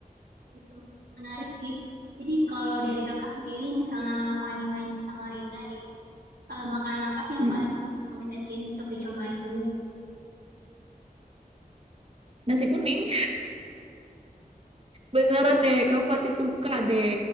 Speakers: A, on the right; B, on the right.
A: Betul. Menarik sih. Jadi kalau dari kakak sendiri, misalnya Fani main ke Samarinda nih, eh, makanan apa sih yang
B: Mm-mm.
A: paling kakak rekomendasiin untuk dicobain dulu gitu?
B: Nasi kuning. Beneran deh, kamu pasti suka deh.